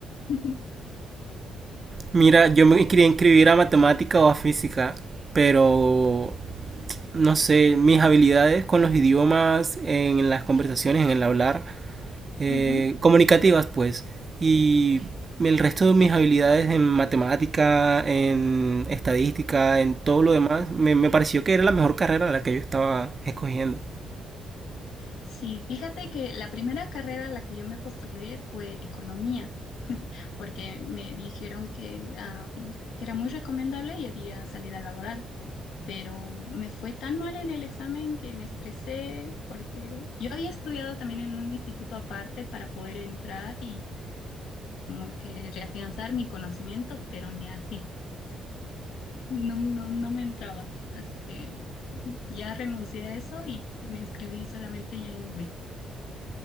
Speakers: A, on the left; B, on the right.
A: <laughs>
B: Mira, yo me quería inscribir a matemática o a física, pero no sé, mis habilidades con los idiomas, en las conversaciones, en el hablar, eh,
A: Ujú.
B: comunicativas, pues. Y el resto de mis habilidades en matemática, en estadística, en todo lo demás, me, me pareció que era la mejor carrera la que yo estaba escogiendo.
A: Sí, fíjate que la primera carrera a la que yo me postulé fue economía, <laughs> porque me dijeron que, ah, que era muy recomendable y había salida laboral, pero me fue tan mal en el examen que me estresé porque yo había estudiado también en un instituto aparte para poder entrar y como que reafianzar mi conocimiento, pero ni así. no, no, no me entraba. Así que ya renuncié a eso y me inscribí solamente ya en lingüística.